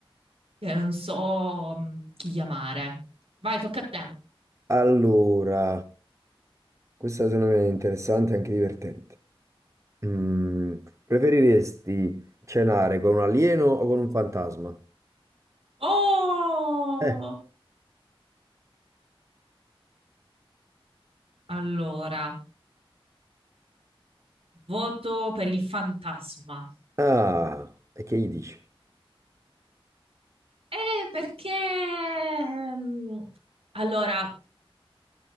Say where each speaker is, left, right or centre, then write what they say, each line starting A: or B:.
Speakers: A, on the right; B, on the right.
A: che non so mm, chi chiamare. Vai, tocca a te.
B: Allora, questa secondo me è interessante e anche divertente. Mm, preferiresti cenare con un alieno o con un fantasma?
A: Oh!
B: Eh.
A: Allora, voto per il fantasma.
B: Ah, e che gli dici?
A: Eh, perché... mm, Allora,